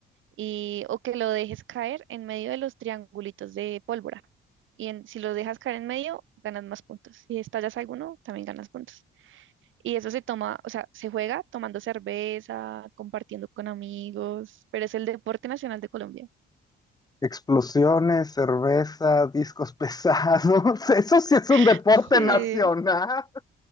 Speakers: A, on the right; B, on the left.
A: y, o que lo dejes caer en medio de los triangulitos de pólvora. Y en- si lo dejas caer en medio, ganas más puntos. Si estallas alguno, también ganas puntos. Y eso se toma, o sea, se juega tomando cerveza, compartiendo con amigos, pero es el deporte nacional de Colombia.
B: explosiones, cerveza, discos pesados, <laughs> eso sí es un
A: <laughs>
B: deporte
A: Sí,
B: nacional.